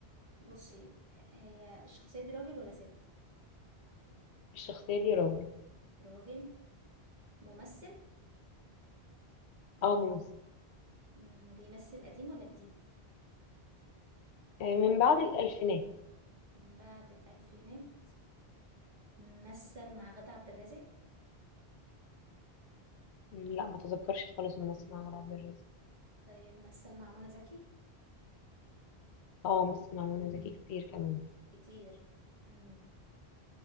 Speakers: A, on the right; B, on the left.
A: بصي هي الشخصية دي راجل ولا ست
B: الشخصيه دي راجل
A: راجل ممثل
B: اه ممثل
A: مم، بيمثل قديم ولا جديد
B: آه، من بعد الالفينات
A: من بعد الألفينات مثل مع غادة عبد الرازق
B: مم، لا ما تذكرش خالص ممثل مع عمر عبد الرازق
A: طيب مثل مع منى زكي
B: اه ممثل مع منى زكي كتير كمان
A: كتير مم.